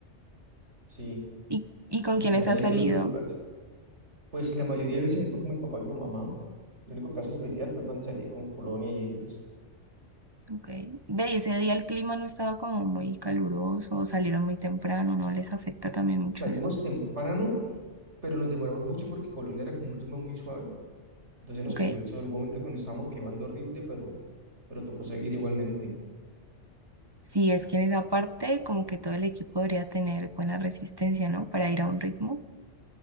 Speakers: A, on the right; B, on the right.
A: sí.
B: ¿Y, y con
A: Y
B: quiénes
A: también
B: has salido?
A: hay de otros lugares. Pues la mayoría de veces salgo con mi papá y mi mamá. El único caso especial fue cuando salí con Colonia y ellos.
B: Ok. Ve, y ese día el clima no estaba como muy caluroso, salieron muy temprano, ¿no les afecta también mucho
A: Salimos
B: eso?
A: temprano, pero nos demoramos mucho porque Colonia era como un ritmo muy suave. Entonces nos
B: Ok.
A: cogió el sol. Hubo un momento que nos estábamos quemando horrible, pero, pero tocó seguir igualmente.
B: Sí, es que en esa parte como que todo el equipo debería tener buena resistencia, ¿no? Para ir a un ritmo.